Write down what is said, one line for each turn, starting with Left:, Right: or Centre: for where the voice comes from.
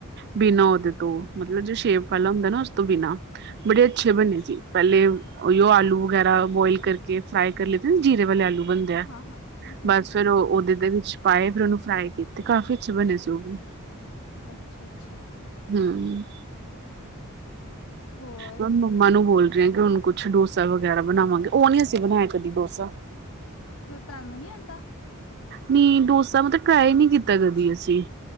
Right: ਬਿਨਾਂ ਓਦੇ ਤੋਂ
Left: ਹੂੰ-ਹੂੰ
Right: ਮਤਲਬ ਮਤਲਬ ਜੋ ਸ਼ੇਪ ਪਹਿਲਾ ਹੁੰਦਾ ਨਾ ਉਸ ਤੋਂ ਬਿਨਾਂ ਬੜੇ ਅੱਛੇ
Left: ਅੱਛਾ
Right: ਬਣੇੇ ਸੀ ਪਹਿਲੇ ਓਹੀਓ ਆਲੂ ਵਗੈਰਾ ਬੋਆਇਲ ਕਰ ਕੇ ਫਰਾਈ ਕਰ ਲਦੇ ਨਾ ਜੀਰੇ ਵਾਲੇ ਆਲੂ ਬਣਦੇ ਆ
Left: ਹਾਂ-ਹਾਂ-ਹਾਂ ਹੂੰ
Right: ਬਸ ਫੇਰ ਉਹ ਉਹਦੇ ਦੇ ਵਿੱਚ ਪਾਏ ਫਿਰ ਉਹਨੂੰ ਫਰਾਈ ਕੀਤੇ ਕਾਫ਼ੀ ਅੱਛੇ ਬਣੇ ਸੀ ਉਹ ਵੀ।
Left: ਅੱਛਾ-ਅੱਛਾ
Right: ਹੁ
Left: ਹੋਰ
Right: ਮੈਂ ਮੰਮਾ ਨੂੰ ਬੋਲ ਰਹੀ ਹ ਕਿ ਹੁਣ ਕੁਛ ਡੋਸਾ ਵਗੈਰਾ ਬਣਾਵਾਂਗੇ ਉਹ ਨੀ ਅਸੀਂ ਬਣਾਇਆ ਕਦੀ ਡੋਸਾ।
Left: ਫਿਰ ਤੁਹਾਨੂ ਨੀ ਆਂਦਾ।
Right: ਨੀ ਡੋਸਾ ਮਤਲਬ ਟਰਾਈ ਨੀ ਕੀਤਾ ਕਦੀ ਅਸੀ